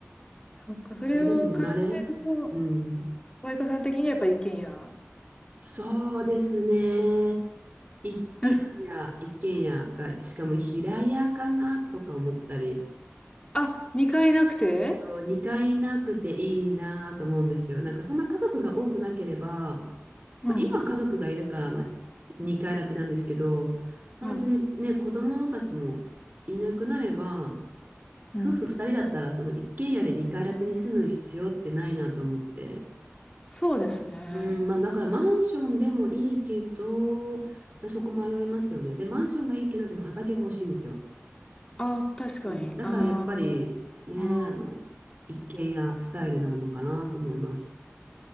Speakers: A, on the left; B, on the right.
A: そっか、それを考えると、
B: う。まあでも慣れ。うん。
A: マイカさん的にはやっぱ一軒家。
B: そうですね。一軒家、
A: <laughs>
B: 一軒家が、しかも平屋かなとか思ったり、
A: あ、2階なくて
B: そう、2階なくていいなと思うんですよ。なんかそんな家族が多くなければ、
A: うん。
B: まあ、今は家族がいるから、まあ、2階建てなんですけど、まあ、
A: はい。
B: 別にね、子供たちもいなくなれば、
A: うん。
B: 夫婦2人だったらその一軒家で2階建てに住む必要ってないなと思って。
A: そうですね。
B: うん、まあ、だからマンションでもいいけど、まあ、そこ迷いますよね。で、マンションがいいけど、でも畑が欲しいんですよ。
A: あ、確かに。
B: うん、だからやっぱりね、
A: あーあー、
B: あの、一軒家スタイルなのかなと思います。